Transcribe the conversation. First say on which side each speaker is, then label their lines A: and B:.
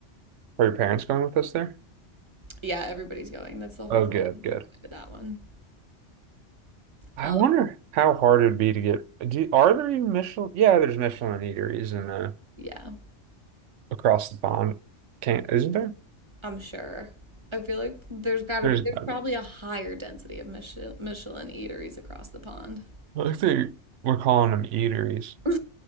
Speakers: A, on the right; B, on the right.
A: Are your parents going with us there?
B: Yeah, everybody's going. That's the whole
A: Oh, good,
B: fam
A: good.
B: going to that one.
A: I
B: Um,
A: wonder how hard it'd be to get. Do, are there even Michelin? Yeah, there's Michelin eateries in uh,
B: yeah,
A: across the pond. Can't, isn't there?
B: I'm sure. I feel like there's gotta
A: There's
B: there's
A: gotta
B: probably
A: be.
B: a higher density of Michel Michelin eateries across the pond.
A: I think they we're calling them eateries.
B: <laughs>